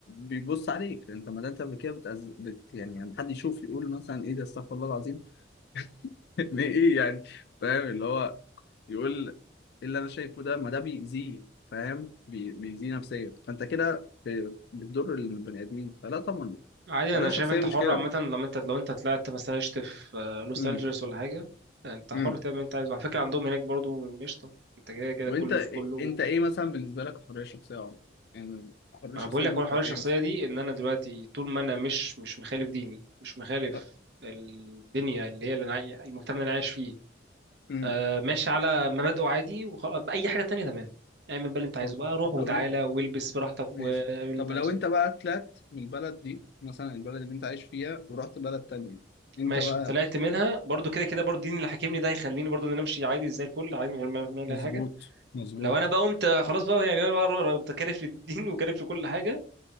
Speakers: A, on the left (about 55°); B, on the right (about 60°).
A: بيبص عليك أنت ما ده أنت كده بتأز... بت... يعني لما حد يشوف يقول مثلا إيه ده استغفر الله العظيم <laughs> إيه يعني فاهم اللي هو يقول ايه اللي انا شايفه ده ما ده بيأذيه فاهم بي- بيأذيه نفسيا فانت كده في- بتضر البني ادمين فلا طبعا
B: عادي
A: الحريه
B: انا
A: الشخصيه
B: شايف انت
A: مش
B: حر
A: كده
B: عامه لما انت لو انت طلعت مثلا عشت في آه، لوس
A: امم
B: انجلوس ولا حاجه انت
A: امم
B: حر تعمل اللي انت عايزه على فكره عندهم هناك برضو مش طب انت كده كده
A: طب
B: كله
A: انت إيه،
B: في كله
A: انت ايه مثلا بالنسبه لك الحريه الشخصيه يا عمر؟ يعني الحريه
B: ما
A: الشخصيه
B: انا بقول لك
A: دي
B: هو
A: بتبقى
B: حوار الشخصيه
A: في ايه بس
B: دي ان انا دلوقتي طول ما انا مش مش مخالف ديني مش مخالف
A: طب
B: الدنيا اللي هي اللي أنا عاي- المجتمع اللي انا عايش فيه
A: امم
B: آه ماشي على مبادئه عادي وخلاص اي حاجه تانية تمام اعمل بقى اللي انت عايزه
A: طب
B: بقى روح وتعالى
A: طب انت
B: والبس براحتك
A: ماشي
B: واعمل اللي
A: طب
B: انت عايزه
A: لو انت بقى طلعت من البلد دي مثلا البلد اللي انت عايش فيها ورحت بلد تانية انت
B: ماشي
A: بقى
B: طلعت منها برضو كده كده برضو الدين اللي حاكمني ده هيخليني برضو ان انا امشي عادي زي الفل عادي من غير ما ما اعمل
A: مظبوط
B: اي حاجه
A: مظبوط
B: لو انا بقى قمت خلاص بقى يعني انا بقى قمت كارف للدين <laughs> وكارف لكل حاجه